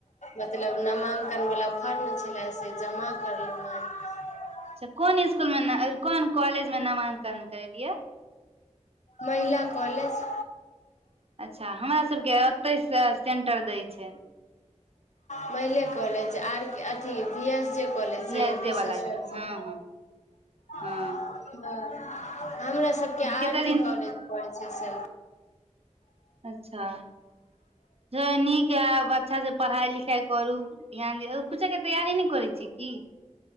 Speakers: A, on the left; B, on the right.
A: मतलब नामांकन वला फॉर्म छलै से जमा कलरू हन <unintelligible>
B: छ कोन इसकुल में कोन कॉलेज में नामांकन करेलियै
A: महिला कॉलेज
B: अच्छा हमरा सब केँ ओतय स सेंटर दै छै
A: महिले कॉलेज आर केँ भी एस जे कॉलज
B: भी
A: से
B: एस
A: विशेष
B: जे वाला
A: <unintelligible> <unintelligible>
B: के हँ हँ
A: ह
B: हँ
A: हमरा सबके आर
B: कते
A: के
B: दिन
A: कॉलेज पढ़ै छै सेलफ
B: अच्छा ज नीक है अच्छा से पढ़ाई लिखाई करू ध्यान दऔ कुछै केँ तैयारी नै करै छियै की